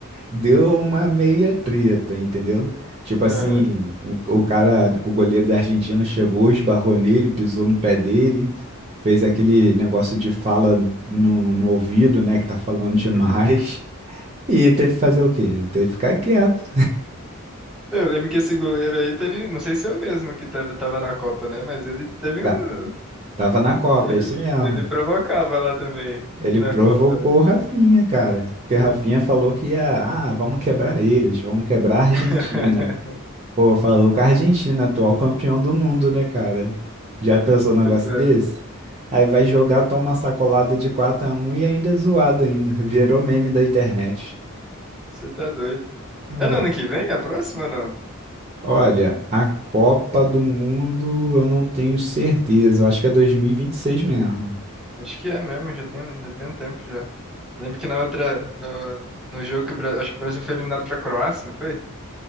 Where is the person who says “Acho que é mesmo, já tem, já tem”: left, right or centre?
Centre